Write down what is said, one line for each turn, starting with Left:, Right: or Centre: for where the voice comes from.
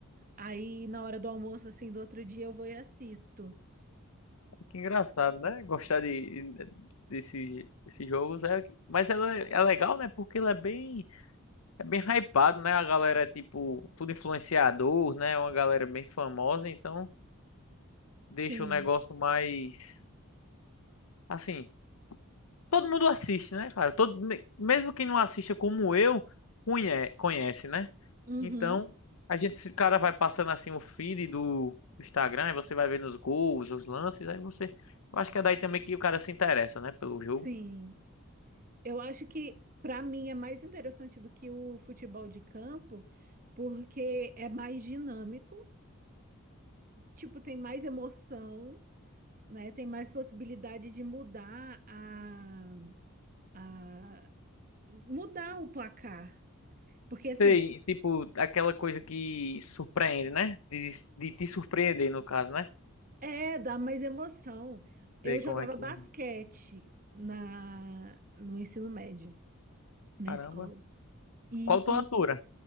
Right: Aí, na hora do almoço, assim, do outro dia, eu vou e assisto.
Left: Que engraçado, né? Gostar de, desses, desses jogos é. Mas ela é, é legal, né? Porque ele é bem, é bem hypado, né? A galera é tipo, tudo influenciador, né? Uma galera bem famosa, então deixa
Right: Sim,
Left: o negócio mais. Assim, todo mundo assiste, né, cara? Todo, me- mesmo quem não assista como eu, conhe- conhece, né?
Right: uhum,
Left: Então, a gente, se cara vai passando assim o feed do Instagram, e você vai vendo os gols, os lances, aí você. Eu acho que é daí também que o cara se interessa, né, pelo jogo.
Right: sim. Eu acho que, pra mim, é mais interessante do que o futebol de campo, porque é mais dinâmico, tipo, tem mais emoção, né? Tem mais possibilidade de mudar a, a mudar o placar. Porque assim,
Left: Sei, tipo, aquela coisa que surpreende, né? De, de te surpreender, no caso, né?
Right: é, dá mais emoção. Eu
Left: Sei
Right: jogava
Left: como é que
Right: basquete
Left: é.
Right: na no ensino médio, na
Left: Caramba.
Right: escola. E,
Left: Qual tua
Right: em-
Left: altura?